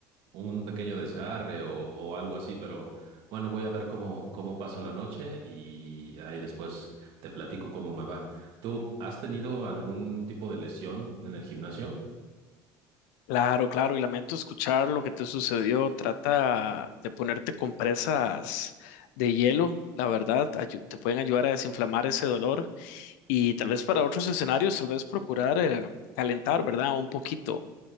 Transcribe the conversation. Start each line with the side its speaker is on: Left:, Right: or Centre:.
Right: un pequeño desgarre o, o algo así, pero bueno, voy a ver cómo, cómo paso la noche y ahí después te platico cómo me va. ¿Tú has tenido algún tipo de lesión en el gimnasio?
Left: Claro, claro, y lamento escuchar lo que te sucedió. Trata de ponerte compresas de hielo, la verdad, ayu- te pueden ayudar a desinflamar ese dolor y tal vez para otros escenarios, tal vez procurar eh, calentar, ¿verdad? Un poquito.